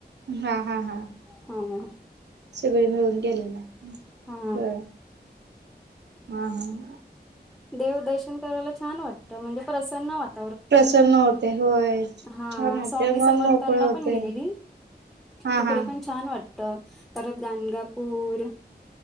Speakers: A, on the right; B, in the centre.
A: हा हा हा.
B: हम <inaudible>
A: सगळे मिळून गेलेलं
B: हा.
A: बर हा हा हा.
B: देव दर्शन करायला छान वाटतं म्हणजे प्रसन वाटत.
A: प्रसन्न होतेय होय.
B: हा
A: छान वाटते
B: स्वामी
A: मन
B: समर्थांना
A: मोकळ होते
B: पण गेलेली
A: हा
B: तिकडे
A: हा
B: पण छान वाटते. परत गणगापूर.